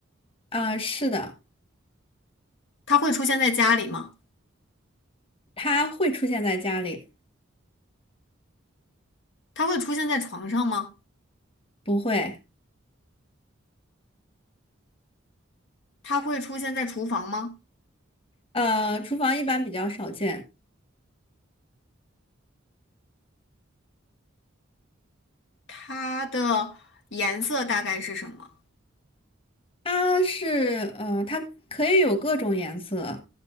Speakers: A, on the left (about 30°); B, on the left (about 60°).
A: 啊、是的，
B: 它会出现在家里吗？
A: 它会出现在家里，
B: 它会出现在床上吗？
A: 不会，
B: 它会出现在厨房吗？
A: 呃，厨房一般比较少见。
B: 它的颜色大概是什么？
A: 它是，呃，它可以有各种颜色，